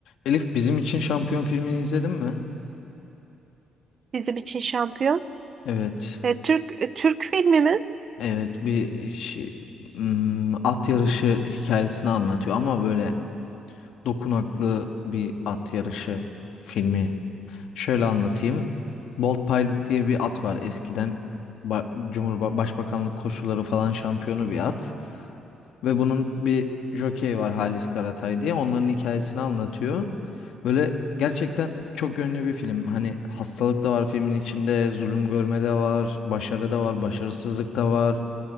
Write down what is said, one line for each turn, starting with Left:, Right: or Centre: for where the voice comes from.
Left: Elif bizim için şampiyon filmini izledin mi?
Right: Bizim için şampiyon.
Left: Evet.
Right: E, Türk e, Türk filmi mi?
Left: Evet bir şey, hmm, at yarışı hikayesini anlatıyor ama böyle dokunaklı bir at yarışı filmi. Şöyle anlatayım. Bolt Pilot diye bir at var eskiden. Ba Cumhurba Başbakanlık koşuları falan şampiyonu bir at. Ve bunun bir jokeyi var Halis Karatay diye. Onların hikayesini anlatıyor. Böyle gerçekten çok yönlü bir film. Hani hastalık da var filmin içinde, zulüm görme de var, başarı da var, başarısızlık da var,